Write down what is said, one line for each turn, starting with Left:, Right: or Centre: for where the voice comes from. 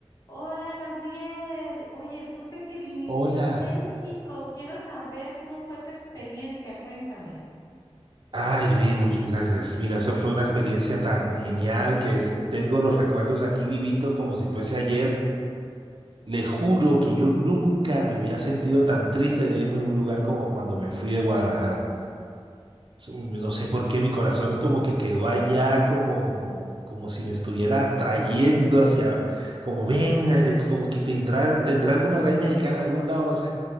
Left: Hola Gabriel, oye, supe que viniste
Right: Hola.
Left: a México. Quiero saber cómo fue tu experiencia, cuéntame.
Right: Ay, vi, muchas gracias. Mira, eso fue una experiencia tan genial que es- tengo los recuerdos aquí vivitos como si fuese ayer. Le juro que yo nunca me había sentido tan triste de irme a un lugar como cuando me fui de Guadalajara. Eso, No sé por qué mi corazón como que quedó allá, como, como si me estuviera atrayendo hacia, como ven, eh, como que tendrá, tendrá alguna raíz mexicana en algún lado, no sé.